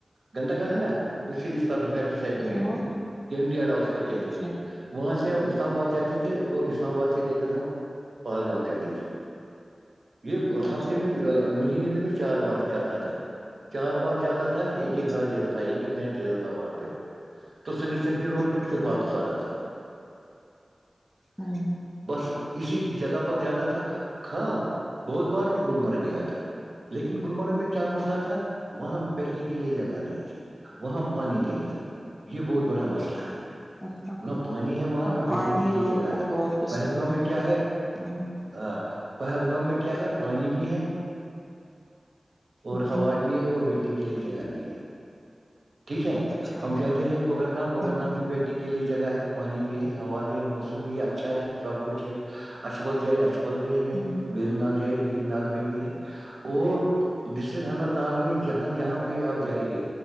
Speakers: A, on the right; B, in the centre.
A: گندا گھر ہے نا اس سے اس طرف لیفٹ سائڈ میں
B: ہاں
A: ہے کیمڈیڈاؤ اس کا کہتے
B: اچھا
A: تھے وہاں سے ہم اسلام آباد جاتے تھے اور اسلام آباد سے لے کر ہم پہلگام ججی تے یہ
B: اچھا
A: ہفتے میں مہینے میں میں چار بار کرتا تھا چار بار جاتدا تھا ایک
B: اچھا
A: ایک رات جاتا تھا ایک ایک نائٹ جا تھا وہاں پہ تو سنشچ چل کے
B: اوکے
A: روزنے پھر واپس آ جاتا
B: ہاں
A: بس اسی جگہ پر جاتا تھا کاں بہت بار بھی گللمرگ گیا تھا لیکن گللمرگ میں کیا مسئلہ تھا وہاں بیٹھنے کے لیے جگہ نہیں تھی وہاں پانی نہیں تھا یہ بہت بڑا مسئلہ ہے
B: اچھا
A: نہ پانی ہے وہ وہاں
B: اور
A: نہ
B: پانی
A: بیچنے کے لیے
B: لوگوں
A: جگہ
B: کو
A: ہے
B: بہت پسند
A: پہلگام میں کیا ہے
B: ہوں
A: ہ پہلگام میں کیا ہے پانی بھی ہے اور
B: ہوں
A: ہوا بھی ہیں اور بیٹھنے کے لئے جگہ بھی ہیں ٹھیک ہے
B: اچھا
A: ہم جاتے ہیں کوکر نام کوکر
B: ہوں
A: نام بھی بیٹھنے کے لیے جگہ ہے پانی بھی ہے ہوا بھی ہے موسم بھی ہے اچھا ہے سب کچھ ہے اچبل جائی اچبل بھی ہے
B: ہوں
A: ویری نگ جائی ویری نگ میں بھی ہے اور ڈسٹرک اننت ناگ میں جہاں جہاں پہ آپ جائیں گے